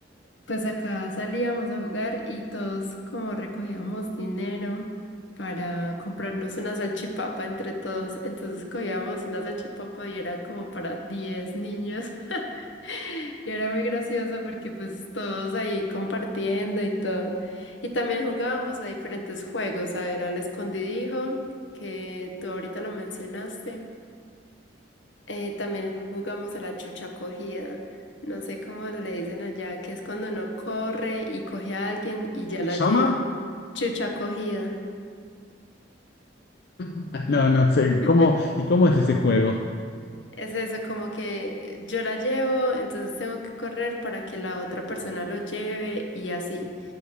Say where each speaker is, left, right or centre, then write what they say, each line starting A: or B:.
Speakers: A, on the left; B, on the left.
A: Pues acá salíamos a jugar y todos como recogíamos dinero para comprarnos una salchipapa entre todos. Entonces cogíamos una salchipapa y era como para 10 niños. <laughs> Y era muy gracioso porque pues todos ahí compartiendo y todo. Y también jugábamos a diferentes juegos, a ver, al escondidijo, que tú ahorita lo mencionaste. Eh, también jugamos a la chucha cogida. No sé cómo le dicen allá, que es cuando uno corre y coge a alguien y
B: ¿Cómo
A: ya
B: se
A: la
B: llama?
A: lleva. Chucha cogida.
B: <laughs> No, no sé.
A: <laughs>
B: ¿Cómo, y cómo es ese juego?
A: Es eso, como que yo la llevo, entonces tengo que correr para que la otra persona lo lleve y así.